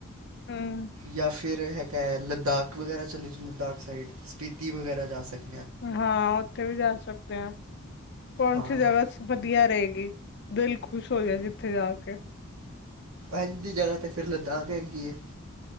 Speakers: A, on the left (about 50°); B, on the right (about 90°).
A: ਹੂੰ
B: ਯਾਂ ਫਿ ਰ ਹੈਗਾ ਲਦਾਕ ਵਗੈਰਾ ਚਲੇ ਜੋ ਲਦਾਖ ਸਾਈਡ ਸਪਿਤੀ ਵਗੈਰਾ ਜਾ ਸਕ
A: ਹਾਂ, ਓਥੇ ਵੀ ਜਾ ਸਕਦੇ ਆਂ, ਕੌਣ
B: ਹਾਂ
A: ਸੀ ਜਗਾ ਵਦੀਆ ਰਹੇਗੀ, ਦਿਲ ਖੁਸ਼ ਹੋ ਜੇ ਜਿੱਥੇ ਜਾ ਕੇ।
B: ਏਜੰ ਦੀ ਜਗਾ ਤੇ ਫੇਰ ਲਦਾਖ ਹੈਗੀ ਏ।